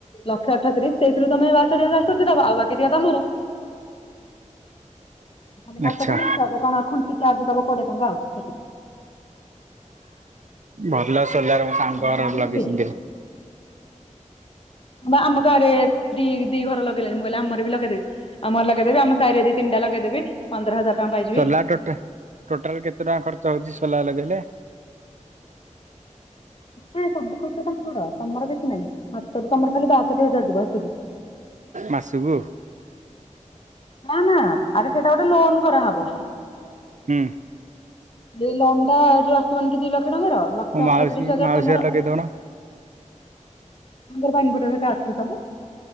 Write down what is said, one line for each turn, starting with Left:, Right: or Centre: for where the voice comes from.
Left: ଲକ୍ଷେ ଅଠତିରିଶ ସେଇଥିରୁ ତମେ ବାଷଠି ହଜାରେ ସୁଝି ଦବ ଆଉ ବାକି ତକ ତମର। ଏ
Right: ଆଚ୍ଛା
Left: ମାଛକୁ ମିସଉଛ ଖୁଣ୍ଟି ଚାର୍ଜ ଦବ କୋଡ଼ିଏ ଟଙ୍କା ଆଉ।
Right: ଭଲ ସୋଲାର୍ ମୋ ସାଙ୍ଗ
Left: ଲାଇନ
Right: ଘର
Left: ବିଲ୍
Right: ଲଗେଇଛନ୍ତି
Left: ଫ୍ରି
Right: ଏବେ।
Left: ବା ଆମ ଗାଁରେ ଦି ଦି ଘର ଲଗେଇ ଲେଲଣି ମୁଁ କହିଲି ଆମର ବି ଲଗେଇ ଦେବି। ଆମର ଲଗେଇ ଦେବି ଆମ ସାହିରେ ଦି ତିନଟା ଲଗେଇ ଦେବି। ପନ୍ଦର ହଜାର ଟଙ୍କ ପାଇଛୁ।
Right: ସୋଲା ଟୋଟା ଟୋଟାଲ କେତେ ଟଙ୍କା ଖର୍ଚ୍ଚ ହେଉଛି ସୋଲା ଲଗେଇଲେ।
Left: ନା ସବୁ ଖର୍ଚ୍ଚ ତାଙ୍କର ତମର କିଛି ନାଇଁ ହାତରୁ ତମର ଖାଲି ବାସଠୀ ହଜାର ଯିବ ହେଥିକି।
Right: ମାସୁକୁ।
Left: ନା ନା ଆରେ ସେଟା ଗୋଟେ ଲୋନ କରାହବ।
Right: ହୁଁ।
Left: ଏ ଲୋନଟା ଯୋଉ ଆସିବନି କି ଦି ଲକ୍ଷ ଟଙ୍କାର। ଲକ୍ଷେ
Right: ମୋ ମାଉସୀ
Left: ଅଠତିରିଶ ହଜାର
Right: ମାଉସୀ
Left: ତମର
Right: ଘରେ ଲଗେଇଦଉନ।
Left: ତମର ପା ଇଂଭଟର ହେକା ଅଛି ସବୁ।